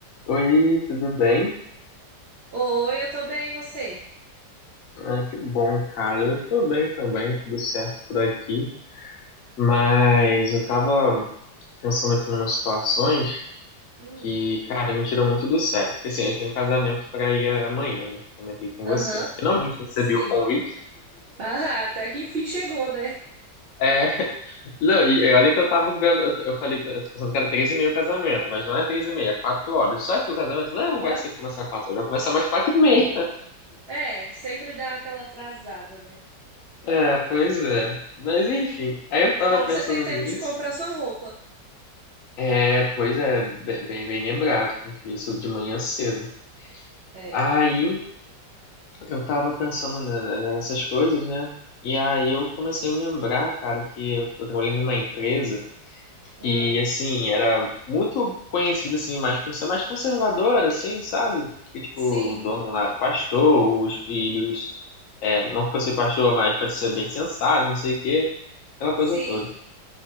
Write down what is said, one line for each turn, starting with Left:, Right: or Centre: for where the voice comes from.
Left: Oi, tudo bem?
Right: Oi, eu tô bem, e você?
Left: Ah, que bom, cara. Eu tô bem também, tudo certo por aqui. Mas eu tava pensando aqui numas situações
Right: Hum,
Left: que, cara, me tiram muito do sério. Porque assim, eu tenho um casamento pra ir amanhã, né? Comentei com
Right: Aham,
Left: você. Finalmente recebi
Right: sim.
Left: o convite.
Right: Ah, até que enfim chegou, né?
Left: É, <laughs> não, e e olha que eu tava vendo, eu eu falei, eu tô pensando que era três e meia o casamento, mas não é três e meia, é quatro horas. Só que o casamento não é um
Right: Ó,
Left: vai se começar quatro horas, vai começar mais quatro e meia.
Right: é, sempre dá aquela atrasada, né?
Left: É, pois é. Mas enfim, aí eu tava
Right: Bom
Left: pensando
Right: que você tem tempo
Left: nisso.
Right: de comprar sua roupa.
Left: É, pois é, bem, bem, bem lembrado, tem que ver isso de manhã cedo.
Right: é.
Left: Aí eu tava pensando ne- ne- nessas coisas, né? E aí eu comecei a me lembrar, cara, que eu, eu trabalhei numa empresa
Right: Ah,
Left: que, assim, era muito conhecida, assim, mais por ser mais conservadora, assim, sabe? Que, tipo,
Right: sim,
Left: o dono lá era pastor, os filhos, é, não que fosse pastor, mas parecia bem sensato, não sei o quê, aquela
Right: sim.
Left: coisa toda.